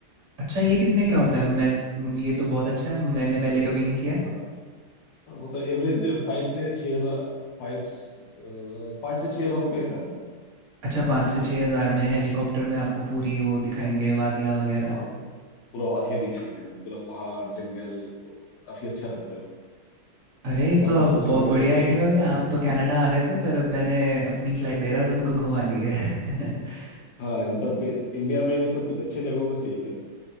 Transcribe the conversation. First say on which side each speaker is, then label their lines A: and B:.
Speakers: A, on the right (about 40°); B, on the left (about 65°).
A: अच्छा ये कितने का होता
B: काफ़ी
A: है? मैं उम, ये तो बहुत अच्छा है, मैंने पहले कभी नहीं किया।
B: हाँ मतलब एवरेज फाइव से छः हज़ार फाइव पाँच से छः हज़ार रुपये का है
A: अच्छा 5 से
B: तो
A: 6,000 में हेलीकॉप्टर में आपको पूरी वो दिखाएँगे वादियाँ वगैरह।
B: हाँ पूरा वादियाँ दिखाई गया है पूरा पहाड़ जंगल तो काफ़ी अच्छा रहता है
A: अरे! ये तो
B: चार पांच
A: अब
B: लोग उसमें
A: बहुत
B: बैठ
A: बढ़िया
B: जाते
A: आइडिया
B: हैं
A: हो गया। आप तो कनाडा आ रहे थे पर अब मैंने अपनी फ्लाइट देहरादून को घुमा ली है। <laughs>
B: <laughs> हाँ मतलब इंडिया में ये सब कुछ अच्छे जगहों में से एक है